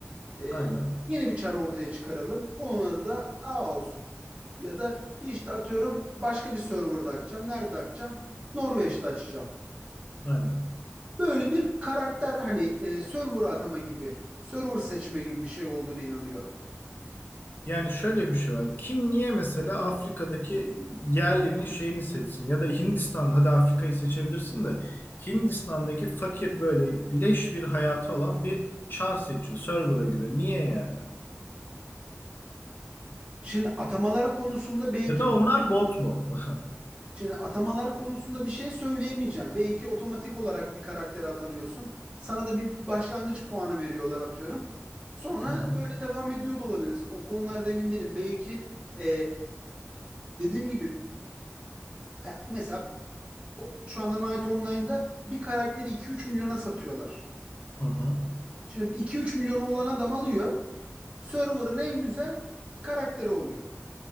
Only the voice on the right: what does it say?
Eee,
yeni bir çar ortaya çıkaralım. Onun adı da A olsun. Ya da işte atıyorum başka bir serverda açacağım. Nerede açacağım? Norveç'te açacağım.
Böyle bir karakter hani e, server atama gibi, server seçme gibi bir şey olduğunu inanıyorum.
Şimdi atamalar konusunda belki
şimdi atamalar konusunda bir şey söyleyemeyeceğim. Belki otomatik olarak bir karaktere atanıyorsun. Sana da bir başlangıç puanı veriyorlar atıyorum. Sonra
öyle devam ediyor da olabilirsin. O konularda emin değilim. Belki e, dediğim gibi ya mesela o- şu anda Knight Online'da bir karakteri 2-3 milyona satıyorlar.
Şimdi 2-3 milyonu olan adam alıyor. Server'ın en güzel karakteri oluyor.